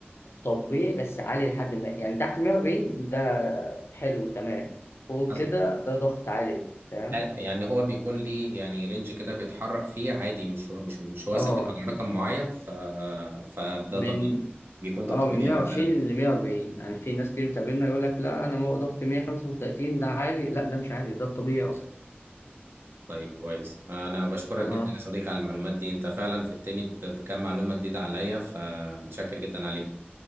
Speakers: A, on the left (about 85°); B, on the right (about 65°).
A: طبيعي بس عالي لحد ما يعني تحت ال 140 ده حلو تمام فوق
B: <laughs> أص-
A: كده ده ضغط عالي تمام
B: يعني هو بيكون ليه يعني رينج كده بيتحرك فيه عادي مش هو مش مش هو
A: اه
B: ثابت على رقم معين ف فده
A: من
B: طبيعي بيكون ده
A: اه
B: الطبيعي
A: من 120
B: يعني
A: ل 140 يعني في ناس كتير بتقابلنا يقول لك لا انا مو- ضغطي 135 ده عالي لا ده مش عالي ده الطبيعي اصلا
B: طيب كويس انا بشكرك
A: خلاص
B: جدا يا صديقي على المعلومات دي انت فعلا في التاني ب- بكام معلومة جديدة عليا فمتشكر جدا عليهم